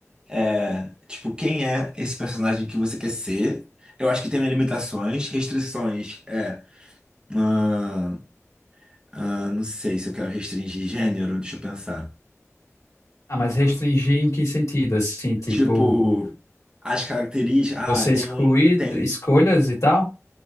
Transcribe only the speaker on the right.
é, tipo, quem é esse personagem que você quer ser? Eu acho que tem limitações, restrições. É. ah, ah, não sei se eu quero restringir gênero, deixa eu pensar.
Tipo, as características. Ah,
tem
um. Tem.